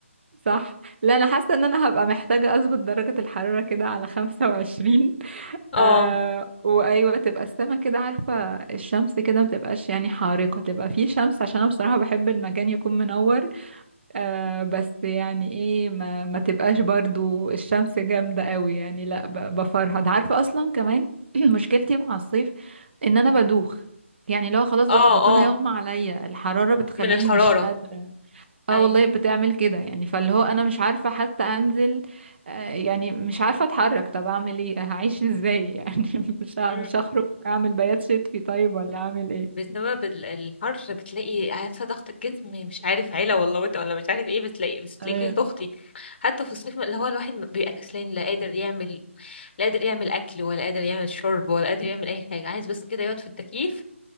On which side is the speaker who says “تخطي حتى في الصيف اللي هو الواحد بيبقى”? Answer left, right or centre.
Left